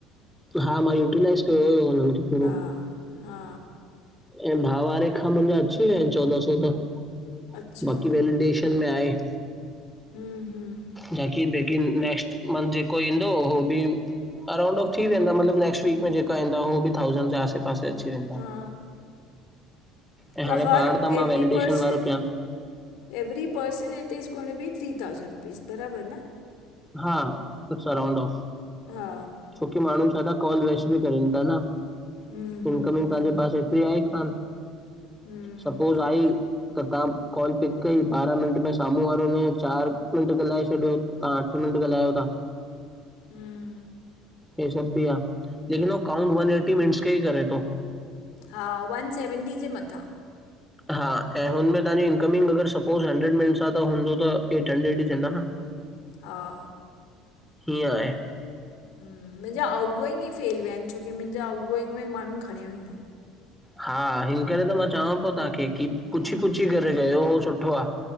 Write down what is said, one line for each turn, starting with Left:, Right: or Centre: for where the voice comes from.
Centre: हा मां यूटिलाइज़ कयो हुयो हुनन खे पूरो।
Left: हा। हा।
Centre: ऐं भा वारे खां मुंजा अची वया आहिन चोॾहं सौ त।
Left: अच्छा
Centre: बाक़ी वेलिडेशन में आए।
Left: हं हं।
Centre: जाकी बेकिन नेक्स्ट मंथ जेको ईंदो उह बि। अरांउंड ऑफ थी वेंदा मतलब नेक्स्ट वीक जेकांइन उ बि थाउसंदजे आसे पासे अची वेंदा।
Left: हा
Centre: ऐं हाणे
Left: त हर
Centre: पाण त मां
Left: एवरी
Centre: वैलिडेशन
Left: पर्सन।
Centre: वारो कयां थो
Left: every person it is gonna बि थ्री थाउसंड रुपीस बराबर न।
Centre: हा इट्स अ राउंड ऑफ।
Left: हा
Centre: छोकी माण्हू छाता था कॉल वेस्ट बि करन था न।
Left: हम्म
Centre: इनकम्
Left: हम्म हम्म
Centre: तांजो पास एतरी आई कान
Left: हम्म
Centre: सपोज आई। त तां कॉल पिक कई ॿारहां मिंट में साम्हूं वारो वइ चार मिंट ॻाल्हाए छॾियो तां। मिंट ॻालायो था।
Left: हं।
Centre: हे सभ बि आ लेकिन काउंट वन एटी मिनटस खेही करे थो।
Left: हा वन सेवंटी जे मथां
Centre: हा ऐं हुनमें तांजी इनकमिंग अॻरि सपोज़ हंड्रेड मिनस आ त हूंदो त एट हंड्रेड ई थींदा न। <inaudible>
Left: हा
Centre: हिअं आहे।
Left: मुंहिंजा आउट गोइंग ई फेल विया आहिनि छो की मुंहिंजा आउट गोइंग में माण्हू खणियोई न।
Centre: हा हिन करे त मां चवांओ पो तांखे, की पुछी
Left: हम्म
Centre: पुछी करे कयो हो सुठो आ।